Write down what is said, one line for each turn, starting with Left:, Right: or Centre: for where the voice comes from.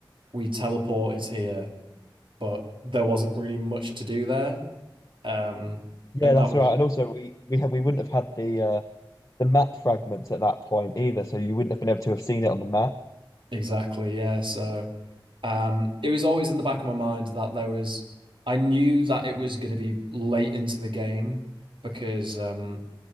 Right: we teleported here, but there wasn't really much to do there. Um,
Left: Yeah,
Right: and
Left: that's
Right: that was
Left: right. And also we we ha we wouldn't have had the uh the map fragments at that point either, so you wouldn't have been able to have seen it on the map. <laughs>
Right: exactly, yeah. So. Um, it was always in the back of my mind that there was, I knew that it was going to be late into the game because um,